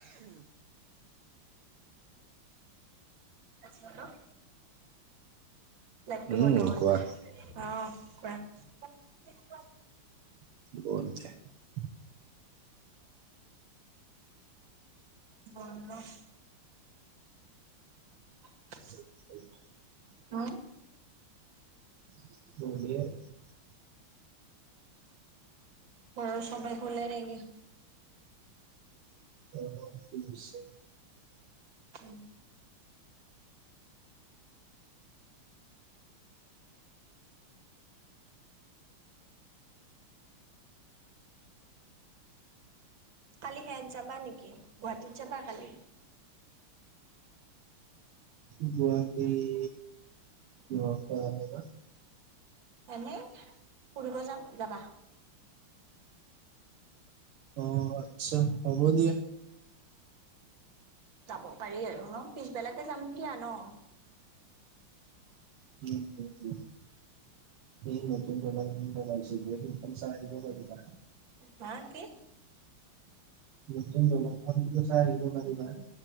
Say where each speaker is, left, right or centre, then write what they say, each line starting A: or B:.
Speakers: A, on the right; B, on the right.
A: হ্যালো লাইটো
B: উম
A: বন্ধ
B: কোৱা
A: কৰিব। অ' কোৱা।
B: <inaudible>
A: <inaudible> <inaudible>
B: <inaudible>
A: উ
B: <inaudible>
A: ঘৰৰ সবাই শুলে নেকি?
B: <inaudible>
A: <inaudible> কালি সেয়াত যাবা নেকি, গুৱাহাটীত যাবা কালি?
B: গুৱাহাটীৰ ন টা অনিবা
A: এনেই ফুৰিব যাম। যাবা?
B: অ' আচ্ছা হ'ব দিয়া।
A: যাব পাৰি আৰু ন? পিছবেলাতে যাম দিয়া ন।
B: উম উম উম। এই নতুন দলংখনটো লছে সেইখন চাই আহিব পাৰিবা
A: হা কি?
B: নতুন দলংখন চাই আহিব পাৰিবা।